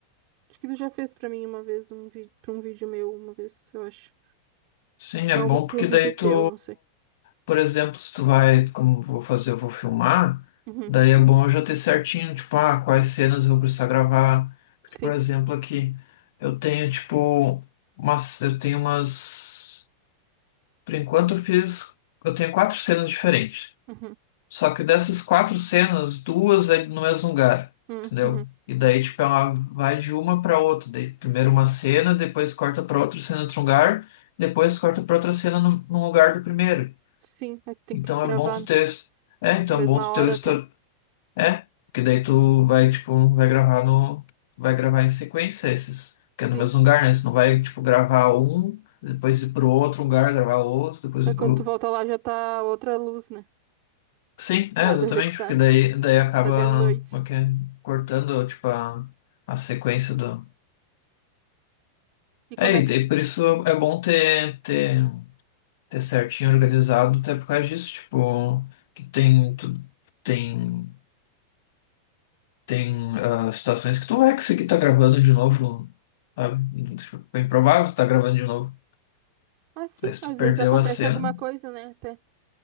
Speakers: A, on the right; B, on the left.
A: Acho que tu já fez pra mim uma vez um vídeo, para um vídeo meu uma vez, eu acho.
B: Sim,
A: Não,
B: é bom
A: pra pra
B: porque
A: um vídeo
B: daí
A: teu,
B: tu,
A: não sei.
B: por exemplo, se tu vai, como eu vou fazer, eu vou filmar,
A: Uhum,
B: daí é bom eu já ter certinho, tipo, ah, quais cenas eu vou precisar gravar. Porque,
A: sim.
B: por exemplo, aqui eu tenho, tipo, umas, eu tenho umas, por enquanto eu fiz, eu tenho quatro cenas diferentes.
A: Uhum,
B: Só que dessas quatro cenas, duas é no mesmo lugar,
A: uhum,
B: entendeu?
A: uhum.
B: E daí, tipo, ela vai de uma pra outra. Daí, primeiro uma cena, depois corta pra outra cena em outro lugar, depois corta pra outra cena no, no lugar do primeiro.
A: Sim, aí tem
B: Então
A: que gravar,
B: é bom tu
A: né?
B: ter. É, então
A: Mesma
B: é bom tu
A: hora
B: ter o histórico.
A: até.
B: É, porque daí tu vai, tipo, vai gravar no. Vai gravar em sequência esses. Que é no
A: Sim.
B: mesmo lugar, né? Tu não vai, tipo, gravar um, depois ir pro outro lugar, gravar outro, depois
A: Aí
B: ir
A: quando
B: pro.
A: tu volta lá já tá outra luz, né?
B: Sim, é,
A: Nada
B: exatamente,
A: a ver com nada.
B: porque daí, daí acaba
A: Tá de noite.
B: ok, cortando, tipo, a, a sequência do...
A: E
B: É,
A: como é
B: e
A: que.
B: daí por isso
A: Uhum.
B: é bom ter, ter, ter certinho organizado, até por causa disso, tipo, que tem, tu, tem, tem ah, situações que tu vai conseguir tá gravando de novo, sabe? Tipo, é bem provável que tu tá gravando de novo,
A: Ah, sim,
B: daí se
A: às
B: tu perdeu
A: vezes acontece
B: a cena,
A: alguma coisa, né? Até